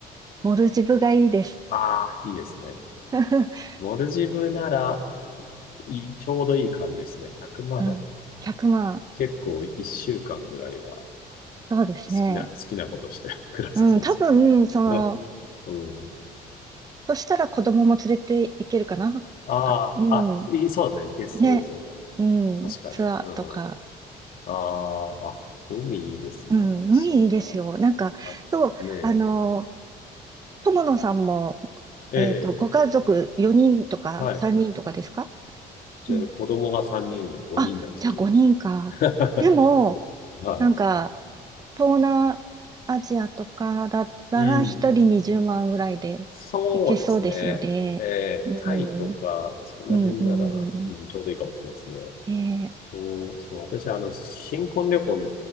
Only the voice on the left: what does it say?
ああ、いいですね。
モルジブなら、いいちょうどいい感じですね。100万。
結構1週間ぐらいは。
好きな、好きなことして <laughs> 暮らせそうですよ
ね。ね。うん。
ああ、
あ、いそうですね。いけそうですよね。
確かに。
うんうん。ああ、あ、海いいですね。
そっか。
あ、
ねえ。
ええ、
はい。じゃあ、
子供が3人いるんで5人なんですよ、
全部。<laughs>
は
い。うん。そうですね。ええ、
タイとか、その辺なら、
うん、ちょうどいいかもしれないですね。
うん、そう、私、あの、新婚旅行、